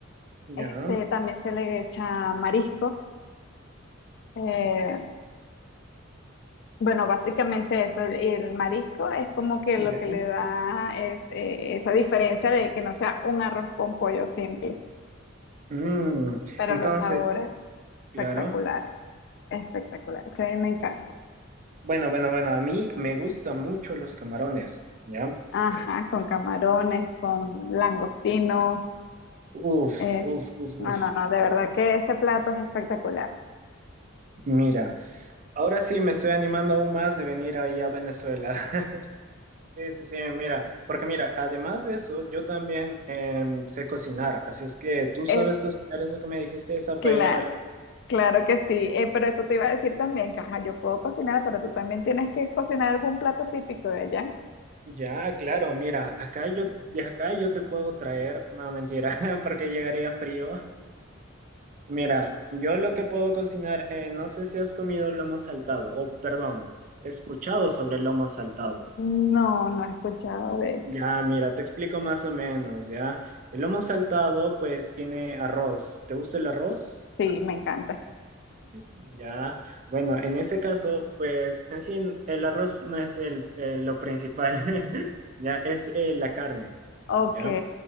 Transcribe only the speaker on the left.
Este, también se le echa mariscos Eh, bueno, básicamente eso, el, el marisco es como que
lo que le da es eh, esa diferencia de que no sea un arroz con pollo simple,
pero
los sabores espectaculares,
espectaculares, a mí me encanta.
Ajá, con camarones, con langostino,
eh,
no,
no, no, de verdad que ese plato es espectacular.
Es
cla-
claro que sí, eh, pero eso te iba a decir también que ajá, yo puedo cocinar, pero tú también tienes que cocinar algún plato típico de allá.
No, no he escuchado de eso.
Sí, me encanta.
Ok,